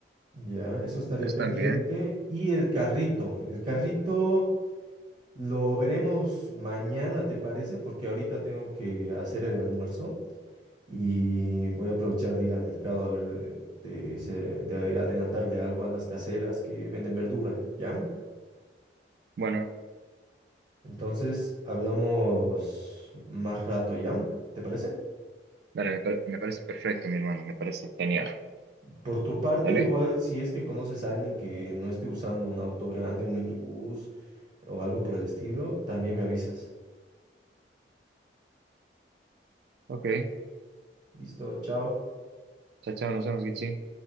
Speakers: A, on the right (about 45°); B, on the right (about 65°).
A: Ya, eso estaría
B: Están
A: pendiente.
B: bien.
A: Y el carrito, el carrito... Lo veremos mañana, ¿te parece? Porque ahorita tengo que hacer el almuerzo y voy a aprovechar de ir al mercado a ver de, ese- de adelantarle algo a las caseras que venden verdura, ¿ya?
B: Bueno,
A: Entonces hablamos más rato, ¿ya? ¿Te parece?
B: dale, me, pa- me parece perfecto, mi hermano, me parece genial.
A: Por tu parte,
B: ¿Dale?
A: igual si es que conoces a alguien que no esté usando un auto grande, un minibús o algo por el estilo, también me avisas.
B: Ok.
A: Listo, chao.
B: Chao, chao, nos vemos, Gichi.